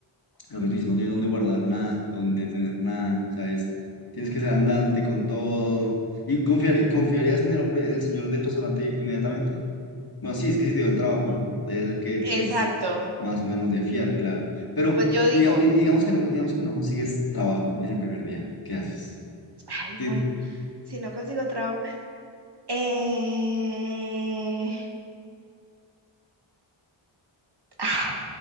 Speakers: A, on the left; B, on the right.
A: lo que tú dices, no tienes dónde guardar nada, dónde tener nada, ¿sabes? Tienes que ser andante con todo. ¿Y, confiar, y confiarías en el hombre, en el señor del restaurante inmediatamente? Bueno, sí, es que sí te dio el trabajo, ¿no? Debe ser que,
B: Exacto.
A: que es más o menos de fiar, claro. Pero
B: Pues yo digo,
A: diga- y- digamos que no, digamos que no consigues trabajo en el primer día. ¿Qué haces?
B: ay,
A: Ti-
B: bueno, si no consigo trabajo. Eh... ay,